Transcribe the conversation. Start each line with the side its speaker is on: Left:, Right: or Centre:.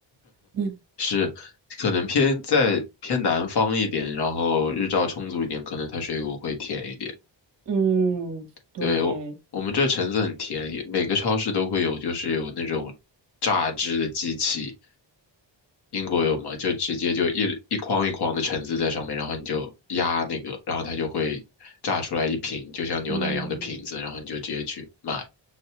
Right: 嗯，
Left: 是可能偏在偏南方一点，然后日照充足一点，可能它水果会甜一点。
Right: 嗯，对，
Left: 对，我我们这橙子很甜，也每个超市都会有，就是有那种榨汁的机器。英国有吗？就直接就一一筐一筐的橙子在上面，然后你就压那个，然后它就会榨出来一瓶，就像牛奶一样的瓶子，
Right: 嗯，
Left: 然后你就直接去买。